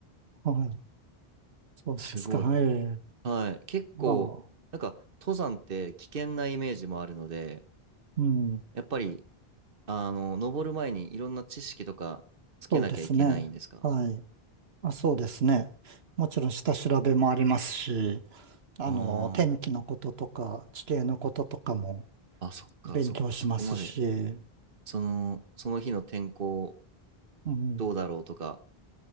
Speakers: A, on the right (about 75°); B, on the right (about 60°).
A: はい、そうですか。
B: すごい。
A: はい。
B: はい。結構、
A: まあ、
B: なんか、登山って危険なイメージもあるので、
A: うん、
B: やっぱり、あの、登る前にいろんな知識とかつけなきゃいけないんですか
A: そうですね。はい。あ、そうですね。もちろん下調べもありますし、あの、
B: あ
A: 天気のこととか、地形のこととかも
B: あー。あ、そっか、
A: 勉強しますし、
B: そっか、そこまで。その、その日の天候
A: うん。
B: どうだろうとか、